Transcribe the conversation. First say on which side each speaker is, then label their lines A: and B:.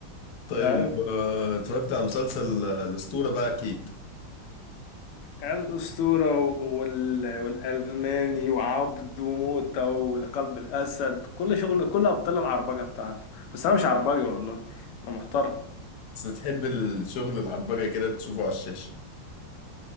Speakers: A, on the left (about 60°); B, on the left (about 85°).
A: طيب
B: فاهم
A: آه، اتفرجت على مسلسل آه، الاسطوره بقى اكيد
B: الاسطوره وال... والالماني وعبد وموتة وقلب الاسد كل شغل كل ابطال العربجه بتاعته بس انا مش عربجي والله انا محترم
A: بس بتحب الشغل العربجه كده تشوفه على الشاشه